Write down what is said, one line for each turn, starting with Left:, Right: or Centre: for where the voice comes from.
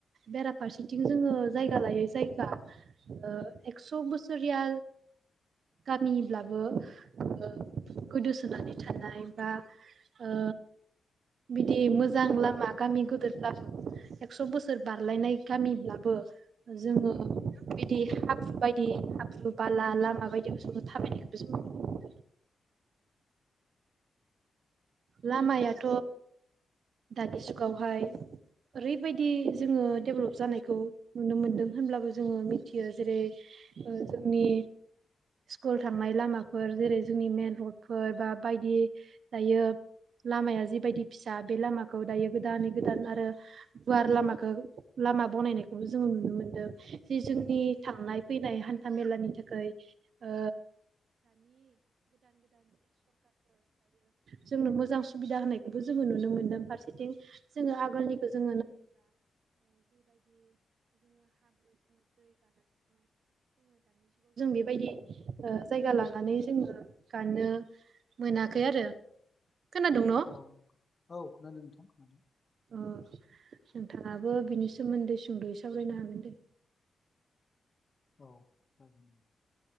Right: बेराफारसेथिं
Left: औ
Right: जोङो जायगा लायै जायगा ओ एकस' बोसोरिया गामिब्लाबो ओ गोदोसोनानै थानाय बा ओ बिदि मोजां लामा गामि गोदोरब्लाबो एकस' बोसोर बारलायनाय गामिब्लाबो जोङो बिदि हाब्रु बायदि हाब्रु बाला लामा बायदि जों थाबायनायखौबो जों
Left: <inaudible>
Right: लामायाथ' दानि जुगावहाय ओरैबायदि जोङो देभलप जानायखौ नुनो मोनदों होनब्लाबो जोङो मिथियो जेरै ओ जोंनि स्कुल थांनाय लामाफोर जेरै जोंनि मेन रडफोर बा बायदि दायो लामाया जिबायदि फिसा बे लामाखौ दायो गोदानै गोदान आरो गुवार लामाखौ लामा बनायनायखौबो जोङो नुनो मोनदों जे जोंनि थांनाय फैनाय हान्था मेलानि थाखाय ओ जोंनो मोजां सुबिदा होनायखौबो जोङो नुनो मोन्दों फारसेथिं जोङो आगोल <inaudible> जों बेबायदि जायगा लानानै जोङो गानो मोनाखै आरो खोनादों
Left: <inaudible>
Right: न' अ नोंथाङाबो बिनि सोमोन्दै सुंद'यै साबरायनो
Left: औ जागोन।